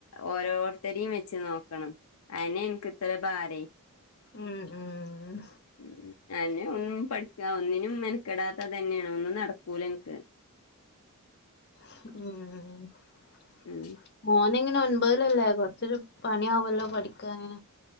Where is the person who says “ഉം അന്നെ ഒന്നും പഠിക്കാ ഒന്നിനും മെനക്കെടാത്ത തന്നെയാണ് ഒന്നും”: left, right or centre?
Left